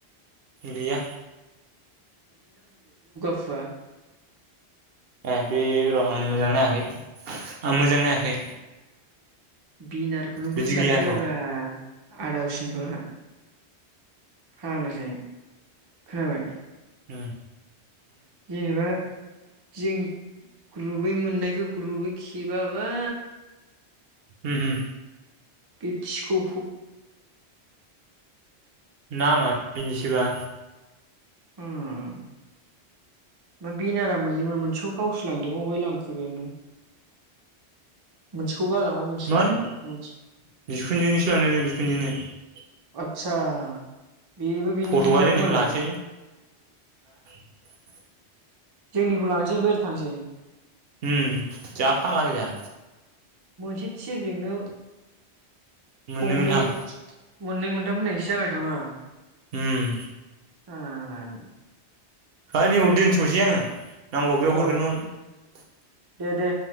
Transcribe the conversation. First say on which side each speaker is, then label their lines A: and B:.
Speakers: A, on the right; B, on the right.
A: गैया
B: फुया
A: ए बे र' आं मोजां नायाखै <inaudible> आं मोजां नायाखै
B: बिनारखौनो
A: बिदि
B: बोदला
A: गैयाथ'
B: होआब्रा आदावसिनथ' आहा फानोसै। खोनाबाय?
A: ओम
B: जेनेबा जों ग्रुबै मोननायखौ ग्रुुबै खेबाबा।
A: ओम हो
B: बेटिक'खौ
A: नामानो बिनोसोबा।
B: ओम मोन बेनारा मोननैमोन। मोनसेखौ गावसो लांदो अहाय लांखो बे ओमफ्राय? मोनसेखौ गालांबाय मोनसे
A: मानो
B: लांबाय मोनसे
A: जिखुनजोनोसो लांदों बेयो जिखुनजोनो ‌।
B: आतसा। बेबो बिनिनो
A: फट'आ
B: दां
A: जोंनिखौ
B: होनबालाय?
A: लासै <inaudible>
B: जोंनिखौ लानोसै ओफ्राय ओरै थांसै।
A: ओम जा फाल्गा गोजा।
B: मोनसे थिरजोंनो।
A: मोननै
B: गंनै
A: मोनथाम
B: मोननै मोनथाम होननायनिसो जाबाय नामा?
A: ओम।
B: फाग्ला नि।
A: है' नैबाव दोनथ'नोसै आङो? नांगौबा बैआव
B: औ
A: हरगोन 'न
B: दे दे।